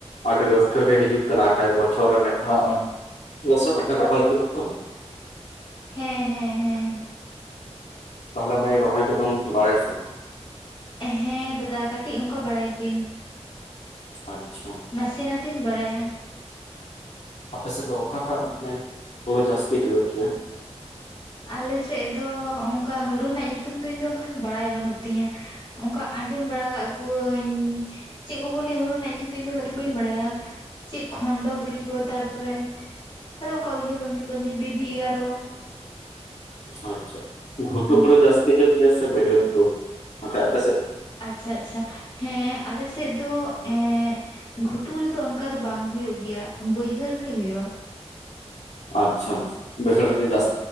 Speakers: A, on the left; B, on the left.
A: ᱟᱰᱤ ᱨᱟᱹᱥᱠᱟᱹ ᱜᱮ ᱦᱤᱡᱩᱜ ᱠᱟᱱᱟ ᱠᱷᱟᱱᱡ ᱵᱚᱪᱪᱷᱚᱨ ᱨᱮ ᱢᱤᱫ ᱫᱷᱟᱣ <unintelligible> ᱞᱚᱥᱚᱫ ᱟᱛᱮ ᱨᱚᱦᱚᱭ ᱦᱩᱭᱩᱜᱼᱟ ᱛᱚ
B: ᱦᱮ ᱦᱮ ᱦᱮ
A: ᱛᱟᱦᱚᱞᱮ ᱢᱟᱹᱭ ᱨᱚᱦᱚᱭ ᱠᱚᱫᱚᱢ ᱵᱟᱲᱟᱭᱟ ᱥᱮ ᱵᱟᱝ?
B: ᱦᱮ ᱫᱟᱫᱟ ᱠᱟᱹᱴᱤᱡ ᱚᱱᱠᱟ ᱵᱟᱲᱟᱭ ᱜᱤᱭᱟᱹᱧ
A: ᱟᱪᱪᱷᱟ
B: ᱱᱟᱥᱮ ᱱᱟᱥᱮᱧ ᱵᱟᱲᱟᱭᱟ
A: ᱟᱯᱮ ᱥᱮᱫ ᱫᱚ ᱚᱠᱟᱴᱟᱜ ᱢᱟᱱᱮ ᱦᱳᱲᱳ ᱡᱟᱹᱥᱛᱤ ᱦᱳᱭᱳᱜ ᱜᱮᱭᱟ?
B: ᱟᱞᱮᱥᱮᱫ ᱫᱚ ᱚᱱᱠᱟ ᱦᱳᱲᱳ ᱨᱮᱱᱟᱜ ᱧᱩᱛᱩᱢ ᱫᱚ ᱤᱧ ᱫᱚ ᱠᱷᱟᱱ ᱵᱟᱲᱟᱭ ᱵᱟᱹᱱᱩᱜ ᱛᱤᱧᱟ ᱚᱱᱠᱟ ᱟᱸᱡᱚᱢ ᱵᱟᱲᱟ ᱠᱟᱜ ᱠᱚᱣᱟᱹᱧ ᱪᱮᱫ ᱠᱚ ᱠᱚ ᱞᱮᱭᱼᱟ ᱦᱳᱲᱳ ᱨᱮᱱᱟᱜ ᱧᱩᱛᱩᱢ ᱫᱚ ᱤᱧ ᱫᱚ ᱩᱱᱟᱹᱜ ᱫᱚ ᱵᱟᱹᱧ ᱵᱟᱲᱟᱭᱟ ᱪᱮᱫ ᱠᱷᱚᱱᱰᱚ ᱜᱨᱤ ᱠᱚ ᱛᱟᱨᱼᱯᱚᱨᱮ ᱟᱫᱚ ᱚᱱᱠᱟ ᱩᱭᱦᱟᱹᱨ ᱵᱟᱝ ᱦᱤᱡᱩᱜ ᱠᱟᱱ ᱛᱤᱧᱟ ᱵᱮᱵᱤ ᱮᱜᱟᱨᱚ
A: ᱟᱪᱪᱷᱟ ᱜᱷᱩᱴᱩ
B: ᱚᱱᱠᱟ
A: ᱦᱩᱲᱩ ᱡᱟᱹᱥᱛᱤ ᱦᱩᱭᱩᱜ ᱜᱮᱭᱟ ᱥᱮ ᱵᱟᱹᱭᱦᱟᱸᱲ ᱦᱳᱲᱳ ᱟᱯᱮ ᱥᱮᱫ? <inaudible>
B: ᱟᱪᱪᱷᱟ ᱟᱪᱪᱷᱟ ᱦᱮ ᱟᱞᱮᱥᱮᱫ ᱫᱚ ᱮ ᱜᱷᱩᱴᱩ ᱨᱮᱫᱚ ᱚᱱᱠᱟ ᱫᱚ ᱵᱟᱝ ᱦᱩᱭᱩᱜ ᱜᱮᱭᱟ ᱵᱟᱹᱭᱦᱟᱹᱲ ᱨᱮᱜᱮ ᱦᱩᱭᱩᱜᱼᱟ
A: ᱟᱪᱪᱷᱟ ᱟᱪᱪᱷᱟ ᱵᱟᱹᱭᱦᱟᱹᱲ ᱨᱮ ᱜᱮ ᱡᱟᱥ